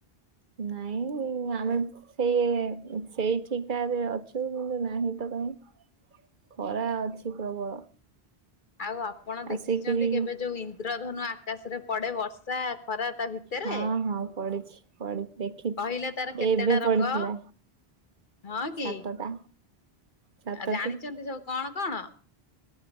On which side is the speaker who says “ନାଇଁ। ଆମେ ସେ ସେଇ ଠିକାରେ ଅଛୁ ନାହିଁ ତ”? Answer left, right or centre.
Right